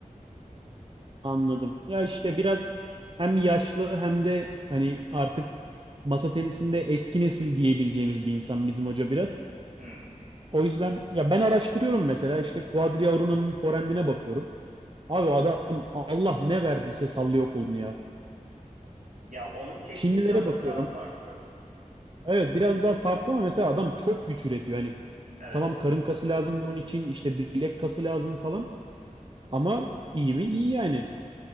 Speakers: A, on the right; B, on the right.
A: Anladım. Ya işte biraz hem yaşlı hem de hani artık masa tenisinde eski nesil diyebileceğimiz bir insan bizim hoca biraz.
B: Hmm.
A: O yüzden ya ben araştırıyorum mesela işte Quadriauruna'nın forehand'ine bakıyorum. Abi adam Allah ne verdiyse sallıyor kolunu ya.
B: Ya onun tekniği
A: Çinlilere
B: biraz
A: bakıyorum.
B: daha farklı.
A: Evet biraz daha farklı ama mesela adam çok güç üretiyor. Hani
B: Evet.
A: tamam karın kası lazım bunun için işte bilek kası lazım falan ama iyi mi? İyi yani.